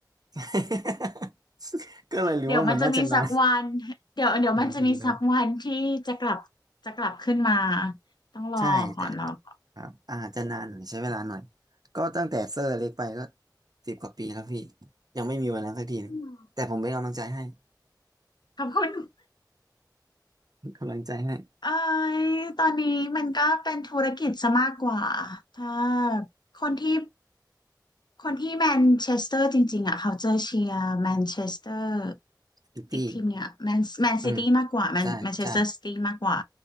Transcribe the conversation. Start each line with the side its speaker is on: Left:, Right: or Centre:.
Right: <laughs> ก็เลยรู้ว่ามันน่าจะนาน
Left: เดี๋ยวมันจะมีสักวันเดี๋ยวเดี๋ยวมันจะมีสักวันที่จะกลับจะกลับขึ้นมา
Right: อ๋อมันจะมีทั้ง
Left: ต้องรอก่อนรอก่อน
Right: ใช่แต่ครับอาจจะนานหน่อยใช้เวลาหน่อยก็ตั้งแต่เซอร์เล็กไปก็สิบกว่าปีแล้วพี่ยังไม่มีวันนั้นสักทีหนึงแต่ผมเป็นกำลังใจให้
Left: อืมขอบคุณ
Right: เป็นกำลังใจให้
Left: เอ้ยตอนนี้มันก็เป็นธุรกิจซะมากกว่าถ้าคนที่คนที่แมนเชสเตอร์จริงๆอ่ะเขาจะเชียร์แมนเชสเตอร์
Right: พิตตี้
Left: อีกทีมเนี่ยแมนแมนซิตี้มากกว่าแมนแมนเชสเตอร์ซิตี้มากกว่า
Right: อืมใช่ใช่